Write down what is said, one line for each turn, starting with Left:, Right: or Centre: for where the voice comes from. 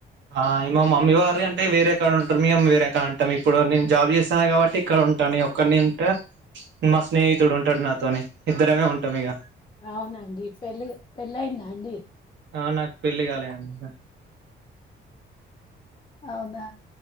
Right: ఆ మా మమ్మీ వారు అంటే వేరే కాడ ఉంటారు. మీ అమ్మ వేరే కాడ ఉంటారు. ఇప్పుడు నేను జాబ్ చేస్తన్నాను కాబట్టి ఇక్కడ ఉంటాను. నేను ఒక్కడినే ఉంటే మా స్నేహితుడు ఉంటాడు నాతోని ఇద్దరమే ఉంటాం ఇగ
Left: అవునండి పెళ్ళి పెళ్ళయిందా అండి
Right: ఆ నాకు పెళ్ళి కాలే అండి ఇక
Left: అవునా